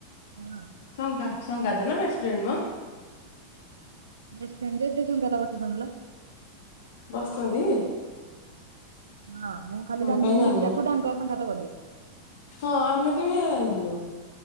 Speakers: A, on the right; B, on the left.
A: ହଁ।
B: ସଙ୍ଗା ସଙ୍ଗାତ ତ ନା ବେଷ୍ଟ ଫ୍ରେଣ୍ଡ ମ।
A: ବେଷ୍ଟଫ୍ରେଣ୍ଡ ଯେ ସେଇ ସଙ୍ଗାତ ବସିଚନ୍ତି ଲୋ।
B: ବସିଚନ୍ତି।
A: ହଁ ମୁଁ ଖାଲି ଜାଣିଥିଲି
B: କାହିଁ ଜାଣିନି।
A: ଲିଜାକୁ ଡାଙ୍ଗର ସଙ୍ଗାତ ବୋଲି।
B: ହଁ ଆମେ ତ ବି ହେଇଆ ଜାଣିଥିଲୁ।